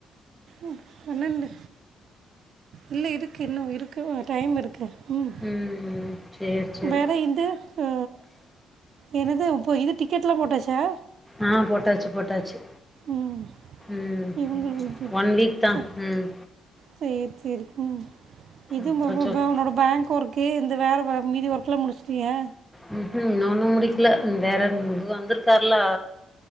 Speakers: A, on the right; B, in the centre.
A: ம் பன்னெண்டு இல்ல இருக்கு இன்னு இருக்கு டைம் இருக்கு ம்
B: ம் சேரி சேரி
A: வேற இந்து ஓ என்னது இப்போ இது டிக்கெட்லா போட்டாச்சா
B: ஆ போட்டாச்சு போட்டாச்சு
A: ம்
B: ம்
A: இவுங்க ம்
B: ஒன் வீக் தா
A: ச
B: ம்
A: சேர் சேரி ம் இது
B: அப்றோ
A: மொ ப
B: சொல்
A: பா உன்னோட பேங்க் ஒர்க்கு இந்த வேற வே மீதி ஒர்க்கெலா முடிச்சுட்டியா
B: ம் ம் இன்னு ஒன்னு முடிக்கல வேற இது வந்திருக்காருல்ல